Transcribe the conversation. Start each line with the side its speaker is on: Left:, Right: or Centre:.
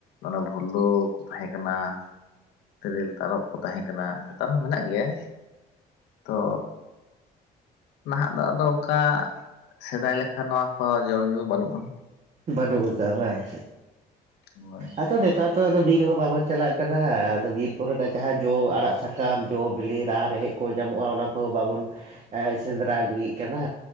Left: ᱚᱱᱮ ᱵᱷᱩᱞᱳᱠ ᱛᱟᱦᱮᱸ ᱠᱟᱱᱟ ᱛᱮᱨᱮᱞ ᱛᱟᱨᱚᱵᱽ ᱠᱚ ᱛᱟᱦᱮᱸ ᱠᱟᱱᱟ ᱱᱮᱛᱟᱨ ᱦᱚᱸ ᱢᱮᱱᱟᱜ ᱜᱮᱭᱟ ᱛᱚ ᱱᱟᱦᱟᱜ ᱫᱚ ᱟᱫᱚ ᱚᱱᱠᱟ ᱥᱮᱫᱟᱭ ᱞᱮᱠᱟ ᱱᱚᱣᱟ ᱠᱚ ᱡᱚᱢ ᱧᱩ ᱵᱟᱹᱱᱩᱜ-ᱟ᱾
Right: ᱵᱟᱹᱱᱩᱜ ᱠᱟᱜ-ᱟ ᱵᱟᱝ᱾
Left: <unintelligible>
Right: ᱟᱫᱚ ᱱᱮᱛᱟᱨ ᱫᱚ ᱟᱫᱚ ᱵᱤᱨ ᱦᱚᱸ ᱵᱟᱵᱚᱱ ᱪᱟᱞᱟᱜ ᱠᱟᱱᱟ ᱟᱫᱚ ᱵᱤᱨ ᱠᱚᱨᱮᱱᱟᱜ ᱡᱟᱦᱟᱸ ᱡᱚ ᱟᱲᱟᱜ ᱥᱟᱠ ᱠᱟᱢ ᱡᱚ ᱵᱤᱞᱤ ᱨᱟᱱ ᱨᱮᱦᱮᱫᱽ ᱠᱚ ᱧᱟᱢᱚᱜ-ᱟ ᱚᱱᱟ ᱠᱚᱦᱚᱸ ᱵᱟᱵᱚᱱ ᱮ ᱥᱮᱸᱫᱽᱨᱟ ᱟᱹᱜᱩᱭᱮᱫ ᱠᱟᱱᱟ᱾